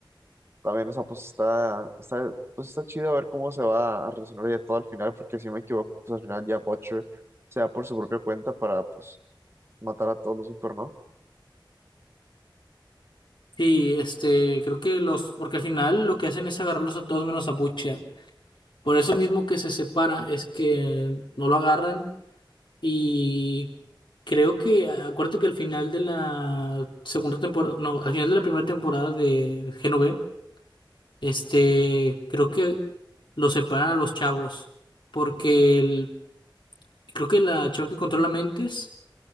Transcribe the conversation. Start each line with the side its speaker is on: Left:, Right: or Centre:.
Right: También, esa pues está, está, pues está chido a ver cómo se va a relacionar ya todo al final, porque si no me equivoco, pues al final ya Butcher se va por su propia cuenta para pues matar a todos los super, ¿no?
Left: Sí, este, creo que los, porque al final lo que hacen es agarrarlos a todos menos a Butcher. Por eso mismo que se separa es que no lo agarran y creo que, acuérdate que al final de la segunda temporada, no, al final de la primera temporada de Genove, este, creo que lo separan a los chavos porque el- creo que la chava que controla mentes,